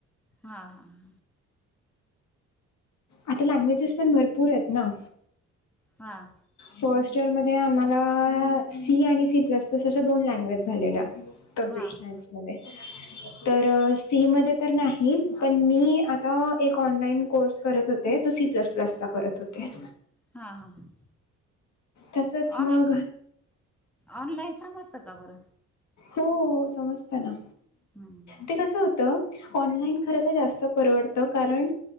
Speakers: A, in the centre; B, on the left.
A: हां हां
B: आता लँग्वेजेस पण भरपूर आहेत ना
A: हां
B: फर्स्ट इयरमध्ये आम्हाला सी आणि सी प्लस अशा दोन लँग्वेज झालेल्या कमप्युटर
A: हां
B: सायन्समध्ये
A: हां
B: तर सी मध्ये तर नाही, पण मी आता एक ऑनलाईन कोर्स करत होते, तो सी प्लस, प्लसचा करत होते.
A: हां हां हां
B: तसच मग
A: ऑन ऑनलाईन समस्त का बरं
B: हो हो समजतना,
A: हम्म
B: ते कस होतं ऑनलाईन खरं तर जास्त परवडत कारण